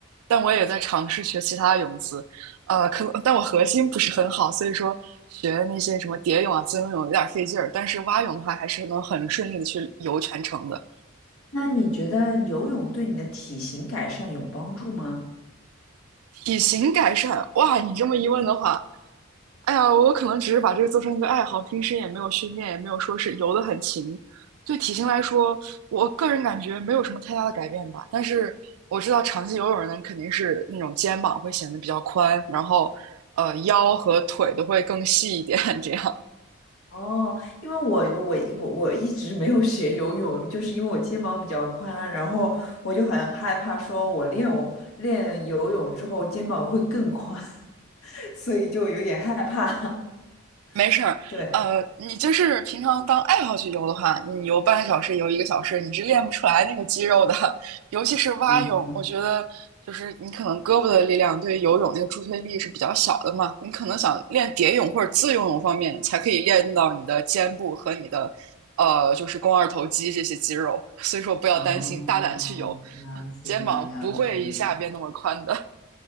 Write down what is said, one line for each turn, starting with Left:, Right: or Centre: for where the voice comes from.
Right: 但我也在尝试学其他的泳姿，呃，可能但我核心不是很好，所以说学那些什么蝶泳啊、自由泳有点费劲儿，但是蛙泳的话还是能很顺利的去游全程的。
Left: 那你觉得游泳对你的体型改善有帮助吗？
Right: 体型改善，哇！你这么一问的话，哎呀，我可能只是把这个做成一个爱好，平时也没有训练，也没有说是游得很勤。对体型来说，我个人感觉没有什么太大的改变吧。但是我知道长期游泳的人肯定是那种肩膀会显得比较宽，然后呃腰和腿都会更细一点，这样。
Left: 哦，因为我我我我一直没有学游泳，就是因为我肩膀比较宽，然后我就很害怕，说我练我练游泳之后肩膀会更宽，<laughs> 所以就有点害怕。<laughs>
Right: 没事儿，
Left: 对，
Right: 呃，你就是平常当爱好去游的话，你游半个小时、游一个小时，你是练不出来那个肌肉的。<laughs> 尤其是蛙泳，
Left: 嗯，
Right: 我觉得就是你可能胳膊的力量对于游泳那个助推力是比较小的嘛，你可能想练蝶泳或者自由泳方面，才可以练到你的肩部和你的呃就是肱二头肌这些肌肉。所以说不要担心，
Left: 哦，
Right: 大胆去游，
Left: 了解了，
Right: 肩膀不会一下变那么宽的。
Left: 了解了。